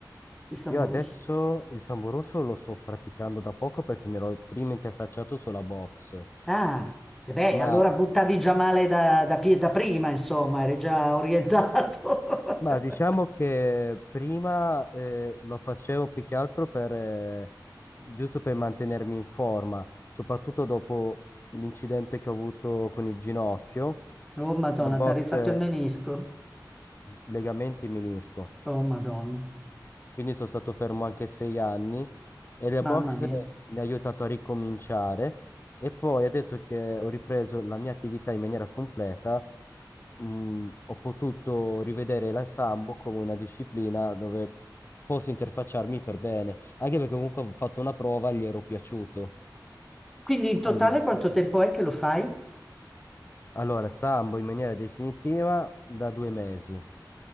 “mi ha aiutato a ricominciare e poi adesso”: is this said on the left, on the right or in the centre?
Left